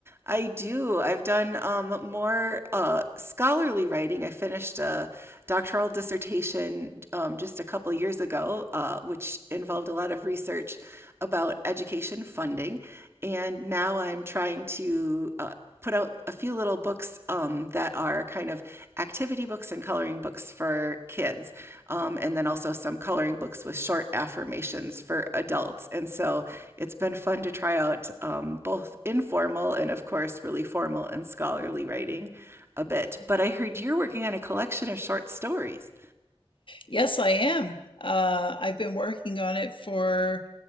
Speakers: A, on the right; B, on the left.
A: I do. I've done um, more uh, scholarly writing. I finished a doctoral dissertation um, just a couple years ago, uh, which involved a lot of research about education funding. And now I'm trying to uh, put out a few little books um, that are kind of activity books and coloring books for kids, um, and then also some coloring books with short affirmations for adults. And so it's been fun to try out um, both informal and, of course, really formal and scholarly writing a bit. But I heard you're working on a collection of short stories.
B: Yes, I am. Uh, I've been working on it for